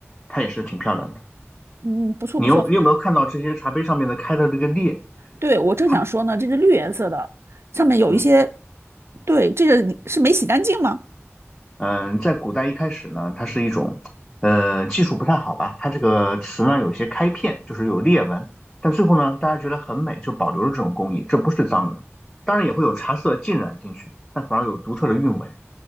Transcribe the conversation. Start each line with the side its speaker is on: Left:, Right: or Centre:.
Centre: 它也是挺漂亮的。
Right: 嗯，不错不错。
Centre: 你有你有没有看到这些茶杯上面的开的这个裂？
Right: 对，我正想说呢，
Centre: 它
Right: 这是绿颜色的，上面有一些，
Centre: 嗯。
Right: 对，这个你是没洗干净吗？
Centre: 嗯，在古代一开始呢，它是一种，呃，技术不太好吧，它这个词呢有一些开片，就是有裂纹，但最后呢，大家觉得很美，就保留了这种工艺，这不是脏的，当然也会有茶色浸染进去，但反而有独特的韵味。